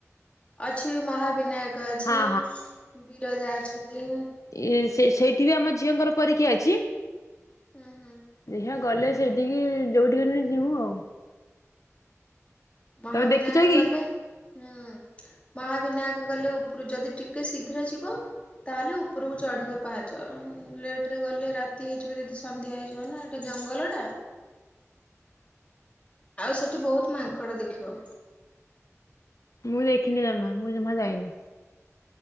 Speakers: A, on the left (about 25°); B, on the left (about 85°).
A: ଅଛି ମହାବିନାୟକ ଅଛି,
B: ହଁ
A: ବିରଜା ଅଛନ୍ତି।
B: ଇ ସେ ସେଇଠି ବି ଆମ ଝିଅଙ୍କର ପରୀକ୍ଷା ଅଛି।
A: ଉଁହୁଁ।
B: ଦେଖିଆ ଗଲେ ସେଇଠିକି ଯୋଉଠିକି ହେଲେ ଯିବୁ ଆଉ।
A: ମହାବିନାୟକ
B: ତମେ ଦେଖିଛ କି?
A: ଗଲେ ହୁଁ, ମହାବିନାୟକ ଗଲେ ଉପରୁ ଯଦି ଟିକେ ଶୀଘ୍ର ଯିବ ତାହାଲେ ଉପରକୁ ଚଢିବ ପାହାଚ। ଲେଟ ରେ ଗଲେ ରାତି ହେଇଯିବ ଯଦି ସନ୍ଧ୍ୟା ହେଇଯିବ ନା ହେଟା ଜଙ୍ଗଲଟା? ଆଉ ସେଠି ବହୁତ ମାଙ୍କଡ଼ ଦେଖିବ।
B: ମୁଁ ଦେଖିନି ଜମା, ମୁଁ ଜମା ଯାଇନି।